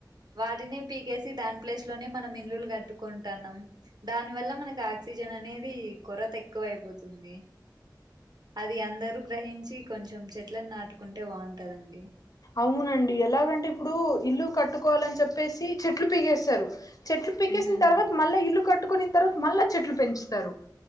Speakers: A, on the right (about 60°); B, on the left (about 50°).
A: వాటినే పీకేసి దాని ప్లేస్ లోనే మనం ఇల్లులు కట్టుకుంటాన్నాం దాని వల్ల మనకి ఆక్సిజన్ అనేది కొరత ఎక్కువ అయిపోతుంది అది అందరూ గ్రహించి కొంచెం చెట్లలను నాటుకుంటే బాగుంటందండి ది
B: అవునండి ఎలాగంటే ఇప్పుడు ఇల్లు కట్టుకోవాలని చెప్పేసి చెట్లు పీకేస్తారు చెట్లు పీకేసిన
A: ఉమ్
B: తర్వాత మళ్ళీ ఇల్లు కట్ కట్టుకున్న తర్వాత మళ్ళా చెట్లు పెంచుతారు